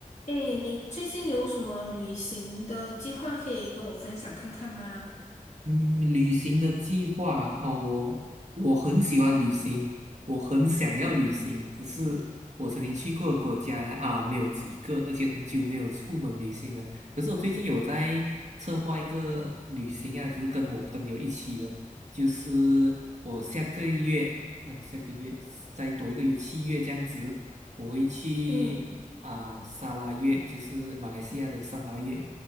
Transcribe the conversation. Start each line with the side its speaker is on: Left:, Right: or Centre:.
Left: 诶，你最近有什么旅行的计划可以跟我分享看看吗？
Right: 嗯，旅行的计划啊哦，我我很喜欢旅行，我很想要旅行，只是我曾经去过的国家啊没有几个，而且很久没有出门旅行了。可是我最近有在策划一个旅行啊，只是跟我朋友一起的，就是我下个月，嗯，下个月再多一个月，七月这样子，我会去啊沙拉越，
Left: 嗯，
Right: 就是马来西亚的沙拉越